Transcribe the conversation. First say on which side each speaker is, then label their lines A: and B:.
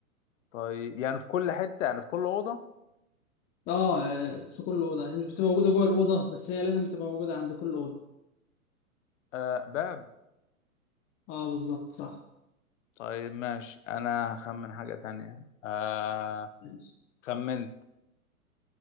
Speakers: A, on the left (about 55°); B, on the left (about 20°).
A: طيب يعني في كل حته يعني في كل اوضه
B: اه آه، في كل اوضه هي مش بتبقى موجوده جوه الاوضه بس هي لازم بتبقى موجوده عند كل اوضه
A: آه باب
B: اه بالظبط صح
A: طيب ماشي انا هخمن حاجه تانية آه
B: ماشي.
A: خمنت